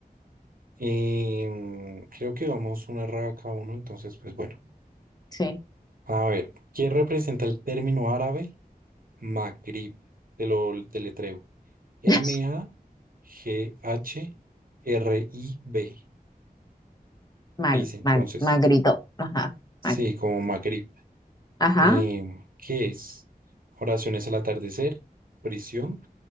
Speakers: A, on the right; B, on the left.
A: em, creo que vamos una raya cada uno. Entonces, pues bueno.
B: Sí.
A: A ver, ¿quién representa el término árabe? Maghrib, te lo deletreo. M-A-G-H-R-I-B.
B: <laughs> Mag,
A: Dice entonces,
B: mag, magrito. Ajá.
A: sí,
B: mag-
A: como Maghrib.
B: Ajá.
A: Em, ¿qué es? Oraciones al atardecer, prisión,